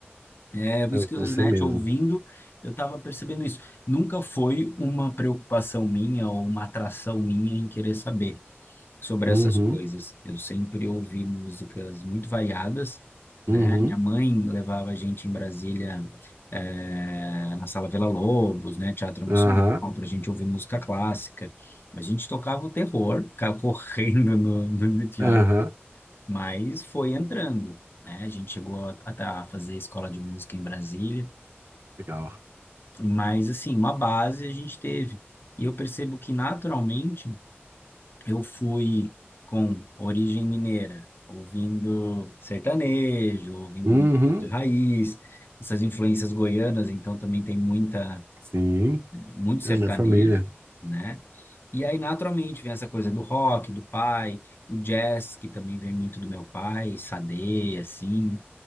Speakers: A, on the left; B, on the right.
A: É, isso
B: Eu
A: que, eu,
B: não sei
A: né,
B: mesmo.
A: te ouvindo, eu estava percebendo isso. Nunca foi uma preocupação minha ou uma atração minha em querer saber sobre
B: Uhum,
A: essas coisas. Eu sempre ouvi músicas muito variadas, né?
B: uhum,
A: Minha mãe levava a gente em Brasília, eh, na Sala Vila lobos né, Teatro Nacional,
B: aham,
A: para a gente ouvir música clássica. A gente tocava o terror, ficava <laughs> correndo no, no, no teatro,
B: aham.
A: mas foi entrando. Né? A gente chegou a, a a fazer escola de música em Brasília,
B: Legal.
A: mas, assim, uma base a gente teve. E eu percebo que, naturalmente, eu fui com origem mineira, ouvindo sertanejo, ouvindo
B: Uhum,
A: música de raiz, essas influências goianas, então também tem muita,
B: sim,
A: muito sertanejo,
B: é da família.
A: né? E aí, naturalmente, vem essa coisa do rock, do pai, o jazz, que também vem muito do meu pai, Sade, assim